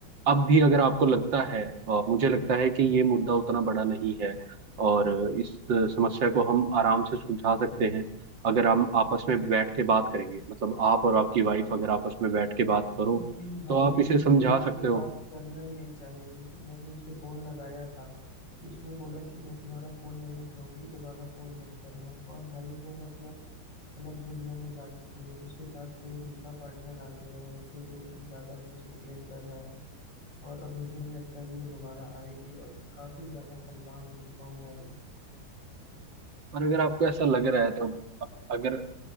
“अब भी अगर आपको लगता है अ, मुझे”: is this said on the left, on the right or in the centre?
Right